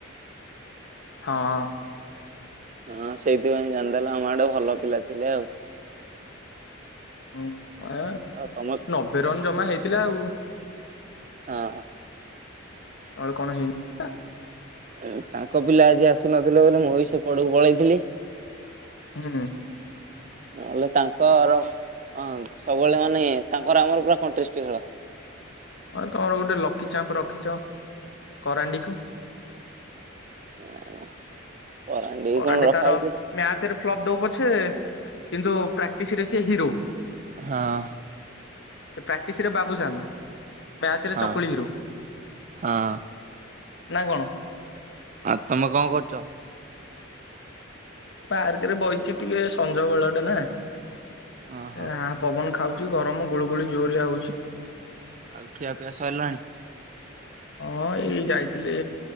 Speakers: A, on the left; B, on the right.
A: ହଁ।
B: ହଁ ସେଇଥିପାଇଁ ଜାଣିଦେଲ ଆମ ଆଡେ ଭଲ ପିଲା ଥିଲେ ଆଉ।
A: ହୁଁ ଏ
B: ଆଉ ତମ
A: ନବେ ରନ ଜମା ହେଇଥିଲା ଆଉ।
B: ହଁ।
A: ଅଳ କଣ ହିନ <unintelligible>
B: ଇଁ ତାଙ୍କ ପିଲା ଆଜି ଆସି ନଥିଲେ ବୋଲି ମୁଁ ବି ସେ ପଟକୁ ପଳେଇଥିଲି।
A: ହୁଁ।
B: ନହେଲେ ତାଙ୍କ ର ହଁ ସବୁବେଳେ ମାନେ ତାଙ୍କର ଆମର ପୁରା କଂଟେଷ୍ଟ ଖେଳ।
A: ହଁ ତମର ଗୋଟେ ଲକିଚାମ୍ପ ରଖିଛ କରାଣ୍ଡିକୁ।
B: <unintelligible>
A: କରାଣ୍ଡୀ
B: କଣ ରଖା
A: ତାର
B: ହେଇଛି
A: ମ୍ୟାଚରେ ଫ୍ଲପ ଦଉ ପଛେ କିନ୍ତୁ ପ୍ରାକ୍ଟିସ ରେ ସିଏ ହିରୋ।
B: ହଁ
A: ଏ ପ୍ରାକ୍ଟିସରେ ବାବୁସାନ୍। ମ୍ୟାଚ୍ ରେ
B: ହଁ
A: ଚକୁଳି ହିରୁ,
B: ହଁ
A: ନା କଣ?
B: ଆଉ ତୋମେ କଣ କରୁଚ?
A: ପାର୍କ ରେ ବଇଚି ଟିକେ ସଞ୍ଜ ବେଳ ଟା ନା ଆ,
B: ହଁ ହଁ
A: ପବନ ଖାଉଚି ଗରମ ଗୁଳୁ ଗୁଳି ଜୋରରେ ଆଉଚି।
B: ଆଉ ଖିଆ ପିଆ ସରଲାଣି?
A: ହଁ ଏଇ ଯାଇଥିଲେ